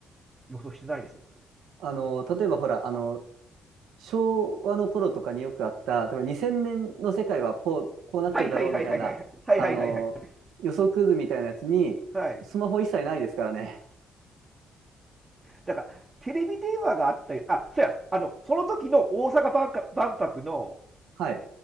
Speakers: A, on the right; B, on the right.
A: 予想してないです。
B: あの、例えばほら、あの、昭和の頃とかによくあった、例えば2000年の世界はこう、こうなってるだろうみたいな、
A: はいはいはいはいはい。はいはいはいはい。
B: あの、予測図みたいなやつに、
A: はい。
B: スマホ一切ないですからね。
A: だから、テレビ電話があったよ。あ、そうや、あの、その時の大阪万博万博の、
B: はい。